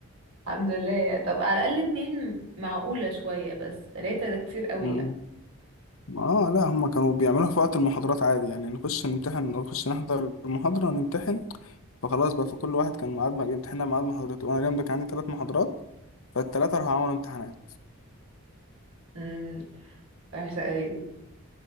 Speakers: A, on the right; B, on the left.
A: الحمد لله طب على الأقل اتنين معقولة شوية بس تلاتة ده كتير قوي
B: مم.
A: يعني
B: اه لا هما كانوا بيعملوها في وقت المحاضرات عادي يعني نخش نمتحن نخش نحضر المحاضرة ونمتحن فخلاص بقى فكل واحد كان ميعاد ما بيمتحنها ميعاد محاضرته وانا اليوم ده كان عندي ثلاث محاضرات فالتلاتة راحوا عملوا امتحانات
A: امم وحشة قوي دي.